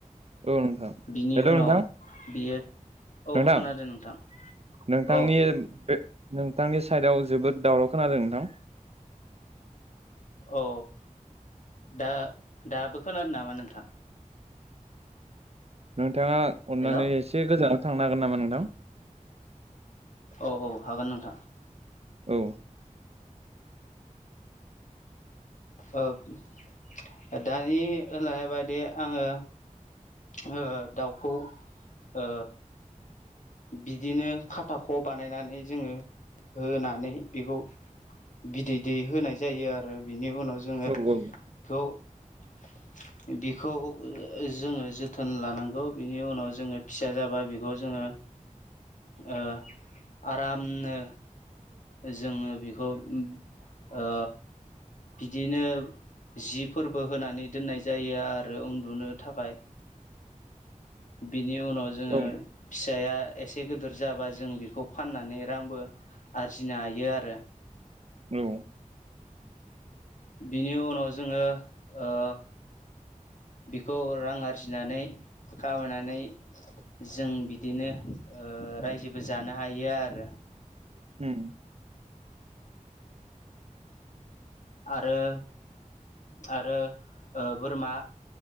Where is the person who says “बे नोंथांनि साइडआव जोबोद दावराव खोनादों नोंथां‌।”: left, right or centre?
Right